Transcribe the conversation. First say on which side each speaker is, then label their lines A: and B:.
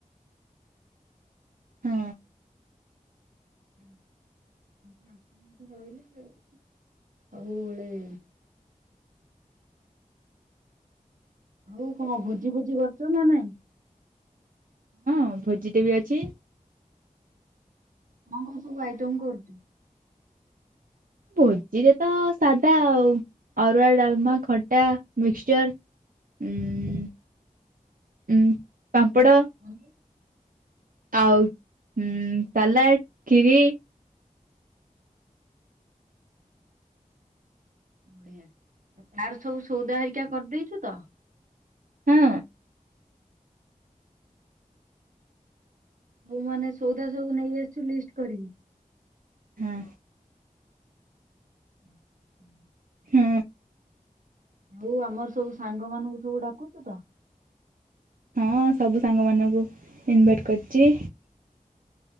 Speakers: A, on the right (about 80°); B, on the right (about 70°).
A: ହଁ
B: <unintelligible> ରହିଲା ହଉ କଣ ଭୋଜି ଭୋଜି କରୁଛ ନା ନାଇଁ।
A: ହଁ ଭୋଜିଟେ ବି ଅଛି।
B: କଣ କଣ ସବୁ ଆଇଟମ୍ କରୁଛୁ?
A: ଭୋଜିରେ ତ ସାଧା ଆଉ ଅରୁଆ, ଡାଲମା, ଖଟା, ମିକ୍ସଚର। ଉଁ ଉଁ ପାମ୍ପଡ଼
B: ବଢିଆ।
A: ଆଉ ସାଲାଡ଼, ଖିରି <inaudible>
B: ବଢିଆ, ଆଉ ତାର ସବୁ ସଉଦା ହରିକା କରିଦେଇଛୁ ତ?
A: ହଁ
B: ହଉ ମାନେ ସଉଦା ସବୁ ନେଇ ଆସିଛୁ ଲିଷ୍ଟ କରିବି।
A: ହଁ।
B: ହଁ ହୁଁ।
A: ହୁଁ।
B: ଆଉ ଆମର ସବୁ ସାଙ୍ଗ ମାନଙ୍କୁ ସବୁ ଡ଼ାକୁଚୁ ତ।
A: ହଁ ସବୁ ସାଙ୍ଗ ମାନଙ୍କୁ ଇନଭାଇଟ୍ କରିଛି।